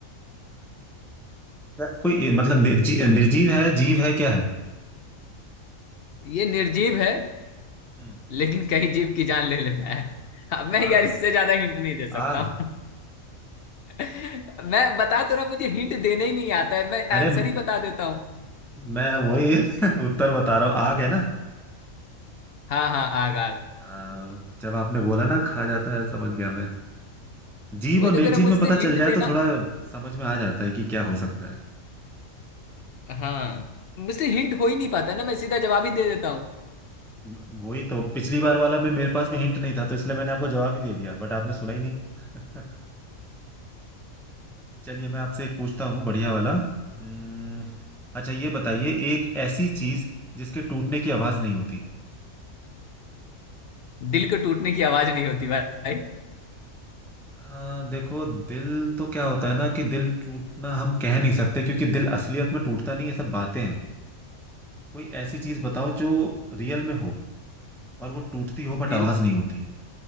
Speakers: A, in the centre; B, on the left.
A: कोई मतलब निर्जी, निर्जीव है जीव है क्या है
B: ये निर्जीव है
A: हम्म,
B: लेकिन कई जीव की जान ले लेता है अब मैं
A: आग
B: यार इससे ज्यादा हिंट नहीं दे सकता
A: आग
B: हूँ <laughs> मैं बता तो रहा हूँ, मुझे हिंट देना ही नहीं आता है मैं
A: अरे
B: आंसर
A: म-
B: ही बता देता हूँ
A: मैं वही <laughs> उत्तर बता रहा हूँ आग है ना
B: हाँ हाँ आग आग
A: आ, जब आपने बोला ना खा जाता है समझ गया मैं जीव
B: वही
A: और निर्जीव
B: तो कह रहा हूँ, मुझसे
A: में पता
B: हिंट
A: चल जाए
B: देना
A: तो थोड़ा समझ में आ जाता है कि क्या हो सकता है
B: हाँ मुझसे हिंट हो ही नहीं पाता ना मैं सीधा जवाब ही दे देता हूँ
A: म- वही तो पिछली बार वाला में मेरे पास में हिंट नहीं था तो इसलिए मैंने आपको जवाब ही दे दिया बट आपने सुना ही नहीं <laughs> चलिए मैं आपसे एक पूछता हूँ बढ़िया वाला हम्म, अच्छा ये बताइए एक ऐसी चीज जिसके टूटने की आवाज नहीं होती
B: दिल के टूटने की आवाज नहीं होती भाई
A: आ, देखो दिल तो क्या होता है ना कि दिल टूटना हम कह नहीं सकते क्योंकि दिल असलियत में टूटता नहीं ये सब बातें हैं कोई ऐसी चीज बताओ जो रियल में हो और वो टूटती हो बट
B: दिल
A: आवाज नहीं होती है